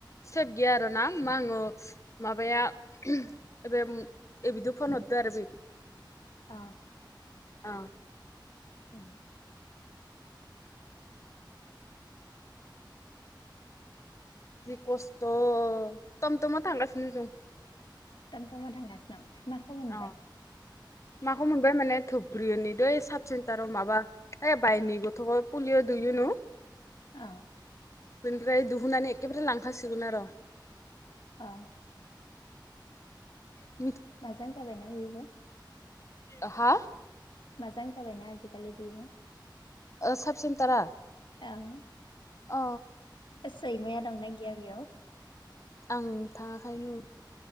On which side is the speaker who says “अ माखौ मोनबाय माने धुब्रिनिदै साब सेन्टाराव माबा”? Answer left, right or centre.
Left